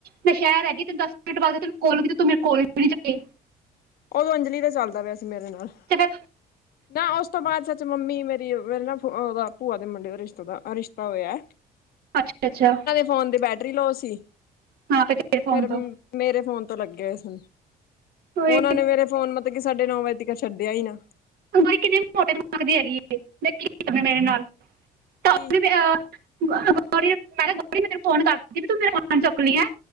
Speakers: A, on the right; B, on the left.
A: ਮੈਂ ਸੈ਼ਹਰ ਹੈਗੀ ਤੇ ਦਾੱਸ ਮਿੰਟ ਬਾਦ ਤੈਨੂੰ ਕੋਲ ਕੀਤੀ, ਤੂ ਮੇਰੀ ਕੋਲ ਵੀ ਨੀ ਚੱਕੀ?
B: ਓਦੋ ਅੰਜਲੀ ਦੇ ਸਭ ਦਾ ਪੇਆ ਸੀ ਮੇਰੇ ਨਾਲ।
A: ਖ਼।
B: ਨਾ ਓਸ ਤੋ ਬਾਦ ਸੱਚ ਮੰਮੀ ਮੇਰੀ, ਮੇਰੇ ਨਾ ਫ ਓਦਾ ਭੂਆ ਦੇ ਮੁੰਡੇ ਦਾ ਰਿਸ਼ਤੇ ਦਾ ਆ ਰਿਸ਼ਤਾ ਹੋਏਐ।
A: ਅੱਛਾ, ਅੱਛਾ।
B: ਫੋਨ ਦੀ ਬੈਟਰੀ ਲੋਅ ਸੀ,
A: ਹਾਂ ਫਿਰ ਤੇਰੇ ਫੋਨ
B: ਫੇਰ
A: ਤੋਂ
B: ਮੇਰੇ ਫੋਨ ਤੋ ਲੱਗੇ ਹੋਏ ਸੀ।
A: ਓਏ
B: ਓਨਾਂ ਨੇ ਮੇਰੇ ਫ਼ੋਨ ਮਤਬ ਕਿ ਸਾਡੇ ਨੌ ਵਜੇ ਤਿਕਨ ਛੱਡੇਆ ਈ ਨਾ।
A: ਹੂਨ ਬਈ ਕਿੰਨੇ ਮੋਟੇ ਦਮਾਗ ਦੀ ਹੈਗੀ ਏ, ਦੇਖ ਕੀ ਕਰਨੈ ਮੇਰੇ ਨਾਲ <unintelligible>
B: ਕੀ
A: <unintelligible> ਮੈਂ ਤੇਰੇ ਫੋਨ ਕਾਰ ਰੀ ਸੀ ਵੀ ਤੂੰ ਮੇਰਾ ਫੋਨ ਚੁੱਕਣੀ ਐਂ।